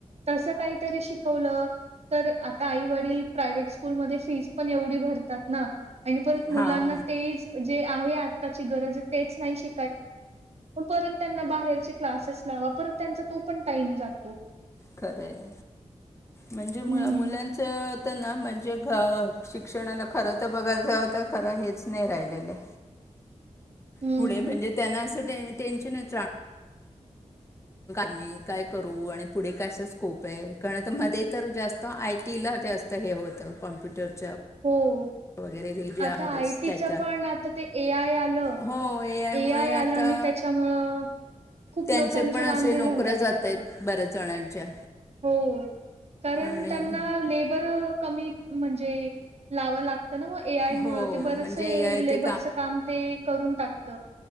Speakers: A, on the right; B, on the left.
A: तस काहीतरी शिकवलं तर आता आई वडील प्रायव्हेट स्कूलमध्ये फीस पण एवढी भरतात ना आणि परत मुलांना
B: हां
A: तेज जे आहे. श भ त्यां बाहे क्. पणाम जातो.
B: खरं म्हणजे
A: हम्म
B: मु मुलांच. ना म्हणजे शिक्षणाला खरं तर बघायला जावं तर खरं हेच नाही राहिलेले.
A: हम्म
B: पुणे म्हणजे त्यांना असं टेन्शन आहे राहणार. मी काय करू आणि पुढे क स्कोप आहे कारण मध्ये तर जास्त आयटी. ति जास्त हे होत कॉम्प्युटरच्या.
A: हो.
B: वगैरे जे आहेत
A: आता आय टीच
B: त्याच्या
A: पण आता ते ए आय आलं
B: हो आयमुळे
A: ए आय
B: आता
A: आलं आणि. त्याच्यामुळं. खूप
B: त्यांचे
A: लोकांचे
B: पण
A: वांदे
B: असे नोकऱ्या
A: झाले आता
B: जात
A: परत.
B: आहेत बऱ्याच जणांच्या.
A: हो. कारण
B: आणि
A: त्यांना लेबर कमी म्हणजे लावं लागत. ना मग ए आय मुळ
B: हो
A: ते बरेचसे
B: म्हणजे ए आय
A: लेबरचं
B: ते
A: काम ते करून टाकत.